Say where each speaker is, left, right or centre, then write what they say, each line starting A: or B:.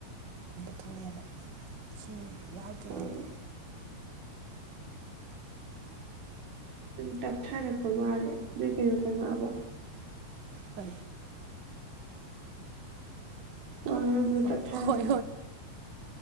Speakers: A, on the right (about 85°); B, on the right (about 65°).
A: ꯊ ꯊꯣꯛꯅꯩꯑꯕ ꯏꯁꯤꯡ ꯌꯥꯎꯗ꯭ꯔꯤꯉꯩꯗꯣ
B: ꯑꯥ ꯇꯥꯛ ꯊꯥꯏꯅ ꯀꯕ ꯑꯔꯦ ꯅ ꯀ ꯇ ꯑꯕ
A: ꯐ
B: ꯋꯥꯉ
A: ꯑ
B: ꯇꯊꯔ
A: ꯍꯣꯏ